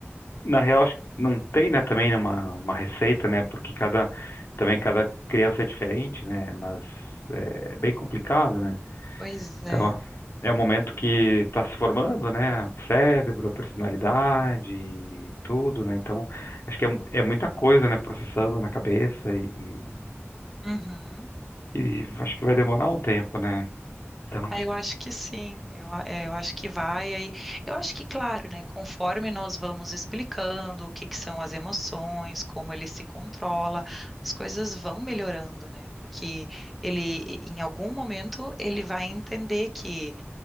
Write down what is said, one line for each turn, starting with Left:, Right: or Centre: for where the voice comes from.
Left: na real, acho que não tem, né, também uma, uma receita, né? Porque cada, também cada criança é diferente, né? Mas é bem complicado, né?
Centre: Pois é.
Left: Então, ó, é o momento que está se formando, né? O cérebro, a personalidade, e tudo, né? Então, acho que é, é muita coisa, né? Processando na cabeça e, e-
Centre: Uhum.
Left: e acho que vai demorar um tempo, né? Então,
Centre: Ah, eu acho que sim, eu, a- é, eu acho que vai aí. Eu acho que, claro, né, conforme nós vamos explicando o que que são as emoções, como ele se controla, as coisas vão melhorando, né? Porque ele, em algum momento, ele vai entender que